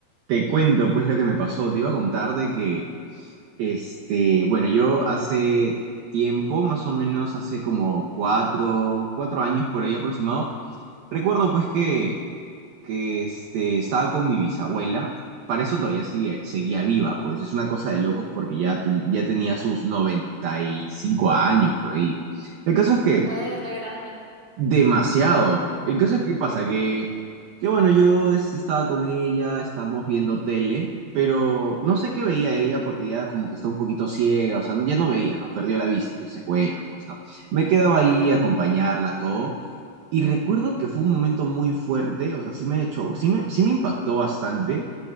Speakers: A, on the right (about 85°); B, on the left (about 20°).
A: Te cuento pues lo que me pasó. Te iba a contar de que, este, bueno, yo hace tiempo, más o menos hace como cuatro, cuatro años por ahí aproximado, recuerdo pues que, que este, estaba con mi bisabuela. Para eso todavía sigue, seguía viva, pues es una cosa de locos porque ya, ten- ya tenía sus 95 años por ahí. El caso es que
B: Fue re grande.
A: Demasiado. El caso es que pasa que, que bueno, yo es- estaba con ella, estábamos viendo tele, pero no sé qué veía ella porque ya como que está un poquito ciega, o sea, ya no veía, ¿no? Perdió la vista, entonces bueno, pues no. Me quedaba ahí a acompañarla, todo. Y recuerdo que fue un momento muy fuerte, o sea, sí me echó, sí me, sí me impactó bastante